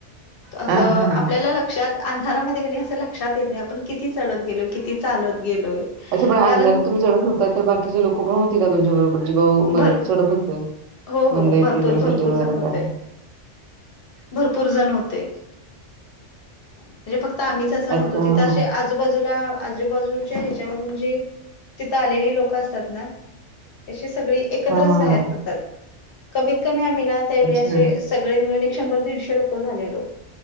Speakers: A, on the left (about 55°); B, on the right (about 80°).
A: असं
B: हां, हां, हां.
A: आपल्याला लग लक्षात अंधारामध्ये कनाई असं लक्षात येत नाही आपण किती चढत गेलो किती चालत गेलोय
B: अे पण अंधारात
A: कारण
B: तुम्ही चढत होता तर बाकीचे लोक पण होती का तुमच्या बरोबर जे बाऊ
A: भर
B: चढत होते
A: हो,
B: मंदिरात
A: हो भरपूर,
B: येण्यासाठी
A: भरपूर
B: वगैरे
A: जण होते
B: तेव्हा?
A: भरपूर जण होते म्हणजे फक्त आम्हीच असं
B: अच्छा,
A: नवतो
B: हां,
A: तिथं अशे आ आजूबाजूला आजूबाजूच्या ह्याच्यावरून जे तिथं आलेली लोकं असतात ना जो अ सगळी एकत्रच
B: हां.
A: बाहेर पडतात कमीत कमी आम्ही ना त्यावेळी
B: अच्छा,
A: असे सगळे मिळून एक शंभर दीडशे लोक झालेलो